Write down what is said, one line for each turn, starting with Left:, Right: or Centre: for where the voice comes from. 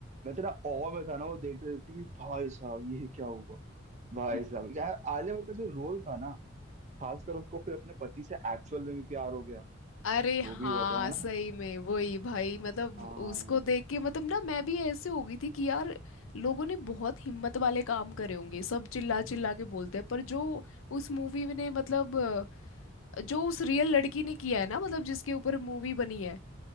Right: मैं तो ना awe में था ना वो देखते देखते कि भाई साहब ये क्या हुआ भाई
Left: म-
Right: साहब यार आलिया भट्ट का जो रोल था ना खासकर उसको फिर अपने पति से एक्चुअल में भी प्यार हो गया
Left: अरे हाँ
Right: वो भी हुआ था है ना
Left: सही में वही भाई मतलब
Right: हाँ
Left: उसको देख के मतलब ना मैं भी ऐसे हो गई थी कि यार लोगों ने बहुत हिम्मत वाले काम करे होंगे सब चिल्ला चिल्ला के बोलते हैं पर जो उस मूवी में ने मतलब अ, जो उस रियल लड़की ने किया है ना मतलब जिसके ऊपर मूवी बनी है